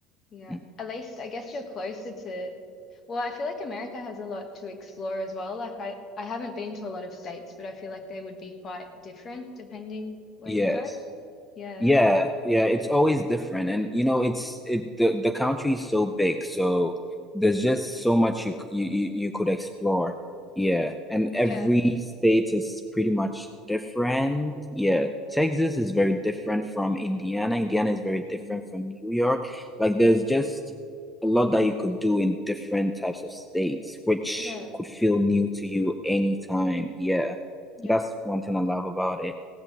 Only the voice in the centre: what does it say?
Mm.
Yes.
Yeah, yeah, it's always different. And you know, it's it the the country is so big, so there's just so much you c- you you you could explore. Yeah. And every
state is pretty much different. Yeah. Texas is very different from Indiana. Indiana is very different
from New York. Like there's just a lot that you could do in different types of states, which
could feel new to you anytime. Yeah.
That's one thing I love about it.